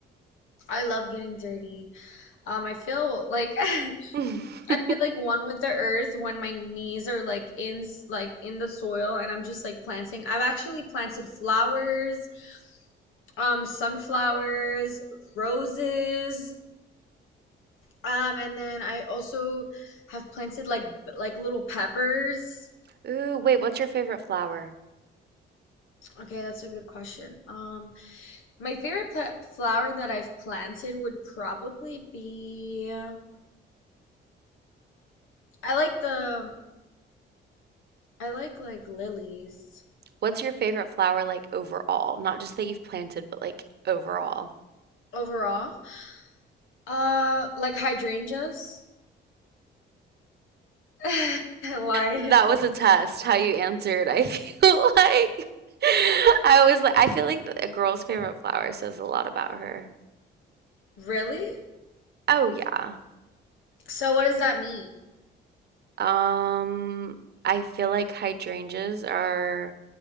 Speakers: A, on the left; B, on the right.
A: I love getting dirty. Um, I feel like <laughs> I
B: <laughs>
A: feel like one with the earth when my knees are like in like in the soil, and I'm just like planting. I've actually planted flowers, um, sunflowers, roses. Um, and then I also have planted like like little peppers.
B: Ooh, wait, what's your favorite flower?
A: Okay, that's a good question. Um, my favorite pla flower that I've planted would probably be uh, I like the I like like lilies
B: What's your favorite flower like overall? Not just that you've planted, but like overall.
A: overall. Uh, like hydrangeas. <laughs> Why?
B: That was a test, how you answered. I feel <laughs> like I was like, I feel like a girl's favorite flower says a lot about her.
A: Really?
B: Oh, yeah.
A: So what does that mean?
B: Um, I feel like hydrangeas are